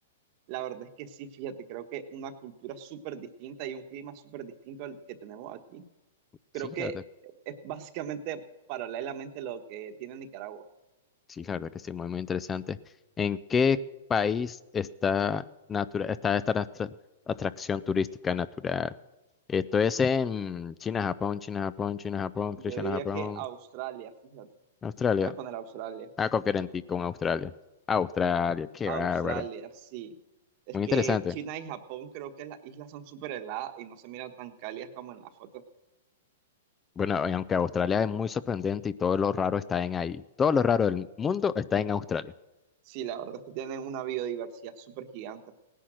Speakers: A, on the right; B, on the left.
A: La verdad es que sí, fíjate, creo que una cultura súper distinta y un clima súper distinto al que tenemos aquí. Creo
B: Sí,
A: que
B: la verdad,
A: es básicamente paralelamente lo que tiene Nicaragua.
B: sí, la verdad que sí, muy muy interesante. ¿En qué país está natura- está esta astra- atracción turística natural? Esto es en China, Japón, China, Japón, China, Japón,
A: Yo
B: creo China,
A: diría
B: Japón,
A: que Australia, fíjate.
B: Australia.
A: Voy a poner Australia.
B: Ah, conferentí con Australia. Australia, qué
A: Australia,
B: bárbaro.
A: sí. Es
B: Muy
A: que
B: interesante.
A: China y Japón creo que las islas son súper heladas y no se miran tan cálidas como en la foto.
B: Bueno, y aunque Australia es muy sorprendente y todo lo raro está en ahí. Todo lo raro del mundo está en Australia.
A: Sí, la verdad es que tienen una biodiversidad súper gigante.